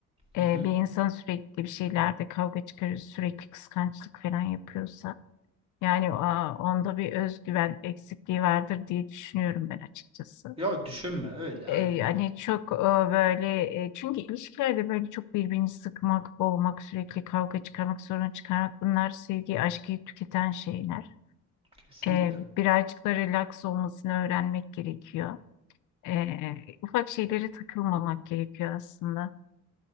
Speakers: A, on the left (about 80°); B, on the right (about 20°).
A: E,
B: Hı hı.
A: bir insan sürekli bir şeylerde kavga çıkarır, sürekli kıskançlık falan yapıyorsa. Yani aa, onda bir özgüven eksikliği vardır diye düşünüyorum ben açıkçası.
B: Ya düşünme öyle hani
A: E, yani çok e, böyle e, çünkü ilişkilerde böyle çok birbirini sıkmak, boğmak, sürekli kavga çıkarmak, sorun çıkarmak bunlar sevgi, aşkı tüketen şeyler.
B: kesinlikle.
A: E, birazcık da relax olmasını öğrenmek gerekiyor. E, ufak şeylere takılmamak gerekiyor aslında.